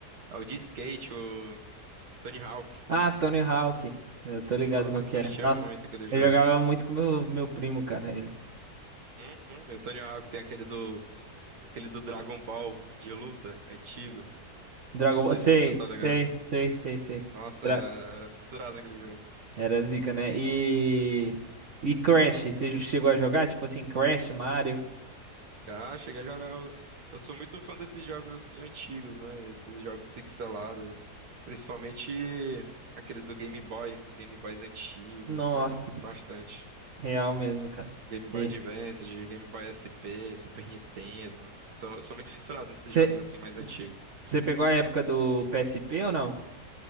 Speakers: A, on the right; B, on the right.
A: É o de skate, o Tony Hawk.
B: Ah, Tony Hawk. Eu tô ligado
A: Nossa,
B: qual
A: eu
B: que
A: curtia
B: é. Nossa,
A: muito aquele jogo.
B: eu jogava muito com meu meu primo, cara, ele.
A: Uhum, e o Tony Hawk tem aquele do, aquele do Dragon Ball de luta, antigo.
B: Dragon
A: Eu não sei
B: Ball, sei,
A: se você tá
B: sei,
A: ligado.
B: sei, sei, sei.
A: Nossa,
B: Dra-
A: era, era fissurado naquele jogo.
B: Era zica, né? E e Crash, você chegou a jogar tipo assim Crash, Mario?
A: já cheguei a jogar. Eu eu sou muito fã desses jogos assim antigos, né? Esses jogos pixelados, principalmente aqueles do Game Boy, os Game Boys antigos.
B: Nossa,
A: Nossa, eu curto bastante.
B: real mesmo, cara.
A: Game Boy
B: E
A: Advance, de Game Boy SP, Super Nintendo. Sou, sou muito fissurado nesses
B: você
A: jogos assim mais antigos.
B: você pegou a época do PSP ou não?